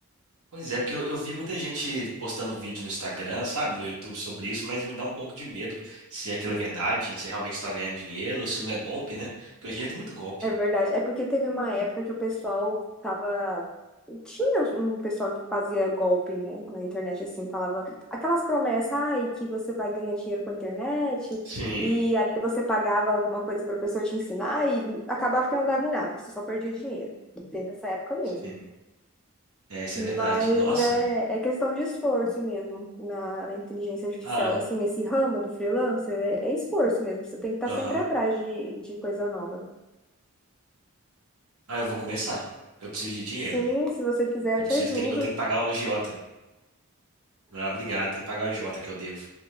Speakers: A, on the right; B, in the centre.
A: Pois é, porque eu, eu vi muita gente postando vídeo no Instagram, sabe, no YouTube sobre isso, mas me dá um pouco de medo se aquilo é verdade, se realmente está ganhando dinheiro ou se não é golpe, né? Porque hoje em dia tem muito golpe.
B: É verdade. É porque teve uma época que o pessoal tava. Tinha um pessoal que fazia golpe, né, na internet, assim, falava aquelas promessas, ai, que você vai ganhar dinheiro com a internet,
A: Sim,
B: e aí você pagava alguma coisa pra pessoa te ensinar, e acabava que não dava em nada, você só perdia dinheiro. Teve essa época mesmo.
A: sim. É, isso
B: Mas
A: é verdade. Nossa.
B: é, é questão de esforço mesmo na, na inteligência artificial,
A: Ah,
B: assim, nesse ramo do freelancer, é, é esforço mesmo, você tem que estar
A: aham.
B: sempre atrás de, de coisa nova.
A: Ah, eu vou começar. Eu preciso de dinheiro.
B: Sim, se você quiser,
A: Eu
B: eu te
A: preciso,
B: ajudo.
A: tem- eu tenho que pagar o agiota. Ah, obrigado, tenho que pagar o agiota que eu devo.